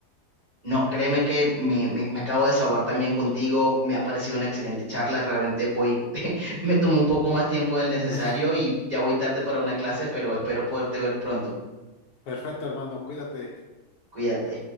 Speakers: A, on the right; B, on the left.
A: No, créeme que me, me- me acabo de desahogar también contigo, me ha parecido una excelente charla, realmente voy, <laughs> me tomó un poco más tiempo del necesario
B: <laughs>
A: y ya voy tarde para una clase, pero espero poderte ver pronto.
B: Perfecto, hermano, cuídate.
A: Cuídate.